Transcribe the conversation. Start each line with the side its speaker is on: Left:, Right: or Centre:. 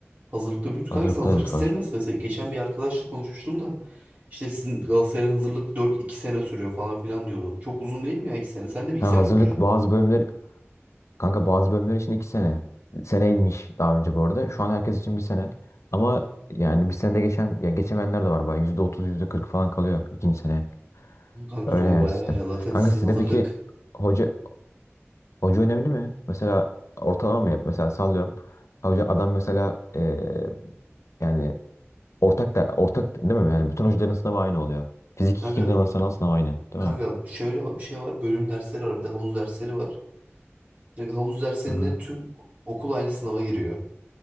Right: Hazırlıkta büyüdük.
Left: Hazırlıkta
Right: Hangisi? Hazırlık
Left: da büt
Right: sistemi
Left: var.
Right: nasıl? Mesela geçen bir arkadaşla konuşmuştum da işte sizin Galatasaray'ın hazırlık dört iki sene sürüyor falan filan diyordu. Çok uzun değil mi ya 2 sene? Sen de bir
Left: Ha,
Right: iki sene
Left: hazırlık
Right: okuyacaksın.
Left: bazı bölümler, kanka bazı bölümler için iki sene. Seneymiş daha önce bu arada. Şu an herkes için bir sene. Ama yani bir senede geçen, ya geçemeyenler de var bayağı. Yüzde otuz, yüzde kırk falan kalıyor ikinci sene.
Right: Kanka
Left: Öyle
Right: zor
Left: yani
Right: bayağı
Left: sistem.
Right: ya. Zaten
Left: Kanka
Right: sizin
Left: sizde
Right: hazırlık.
Left: peki hoca Hoca önemli mi? Mesela ortalama mı yap? Mesela sallıyorum. Hoca adam mesela e, yani ortak da ortak değil mi? Yani bütün hocaların sınavı aynı oluyor. Fizik
Right: Kanka
Left: 2'nin ana sanal sınavı aynı, değil
Right: kanka
Left: mi?
Right: şöyle bir şey var. Bölüm dersleri var. Bir de havuz dersleri var. Kanka havuz derslerine
Left: Aha.
Right: tüm okul aynı sınava giriyor.